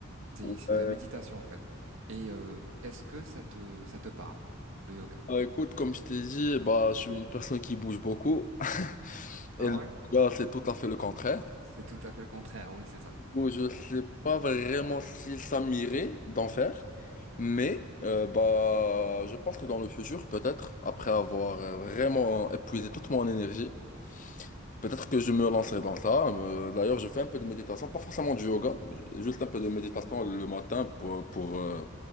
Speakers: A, on the right (about 65°); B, on the left (about 40°).
A: C'est
B: Ouais.
A: c'est de la méditation en fait. Et euh, est-ce que ça te ça te parle, le yoga?
B: Bah, écoute, comme je t'ai dit, bah, je suis une personne qui bouge beaucoup. <laughs> Et
A: Ah
B: le
A: ouais?
B: yoga, c'est tout à fait le contraire.
A: C'est tout à fait le contraire, oui, c'est ça.
B: Bon, je sais pas vraiment si ça m'irait d'en faire, mais euh, bah, je pense que dans le futur, peut-être, après avoir euh, vraiment épuisé toute mon énergie, peut-être que je me lancerai dans ça. Euh, d'ailleurs, je fais un peu de méditation, pas forcément du yoga, juste un peu de méditation le matin pour, pour, euh,